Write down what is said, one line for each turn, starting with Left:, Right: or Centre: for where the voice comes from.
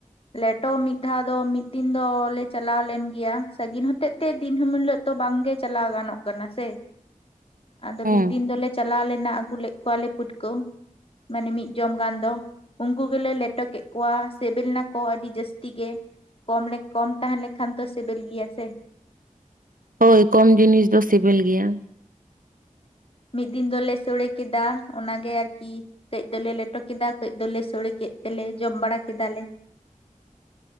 Left: ᱞᱮᱴᱚ ᱢᱤᱫ ᱫᱷᱟᱣ ᱟᱫᱚ ᱢᱤᱫ ᱫᱤᱱ ᱫᱚᱞᱮ ᱪᱟᱞᱟᱣ ᱞᱮᱱ ᱜᱮᱭᱟ ᱥᱟᱺᱜᱤᱧ ᱦᱚᱛᱮᱡ ᱛᱮ ᱫᱤᱱ ᱦᱤᱞᱳᱜ ᱫᱚ ᱵᱟᱝ ᱜᱮ ᱪᱟᱞᱟᱣ ᱜᱟᱱᱚᱜ ᱥᱮ ᱟᱫᱚ
Right: ᱦᱩᱸ
Left: ᱢᱤᱫ ᱫᱤᱱ ᱫᱚᱞᱮ ᱪᱟᱞᱟᱣ ᱞᱮᱱᱟ ᱟᱹᱜᱩ ᱞᱮᱫ ᱠᱚᱣᱟᱞᱮ ᱯᱩᱴᱠᱟᱹ᱾ ᱢᱟᱱᱮ ᱢᱤᱫ ᱡᱚᱢ ᱜᱟᱱ ᱫᱚ᱾ ᱩᱱᱠᱩ ᱜᱮᱞᱮ ᱞᱮᱴᱚ ᱠᱮᱫ ᱠᱚᱣᱟ ᱥᱮᱵᱮᱞ ᱱᱟᱠᱚ ᱟᱹᱰᱤ ᱡᱟᱹᱥᱛᱤ ᱜᱮ᱾ ᱠᱚᱢ ᱞᱮ ᱠᱚᱢ ᱛᱟᱦᱮᱸ ᱞᱮᱱᱠᱷᱟᱱ ᱛᱚ ᱥᱮᱵᱮᱞ ᱜᱮᱭᱟ ᱥᱮ᱾
Right: ᱦᱳᱭ ᱠᱚᱢ ᱡᱤᱱᱤᱥ ᱫᱚ ᱥᱮᱵᱮᱞ ᱜᱮᱭᱟ᱾
Left: ᱢᱤᱫ ᱫᱤᱱ ᱫᱚᱞᱮ ᱥᱚᱲᱮ ᱠᱮᱫᱟ ᱚᱱᱟᱜᱮ ᱟᱨᱠᱤ ᱠᱟᱹᱡ ᱫᱚᱞᱮ ᱞᱮᱴᱚ ᱠᱮᱫᱟ ᱠᱟ. ᱡ ᱫᱚᱞᱮ ᱥᱚᱲᱮ ᱠᱮᱫ ᱛᱮᱞᱮ ᱡᱚᱢ ᱵᱟᱲᱟ ᱠᱮᱫᱟᱞᱮ᱾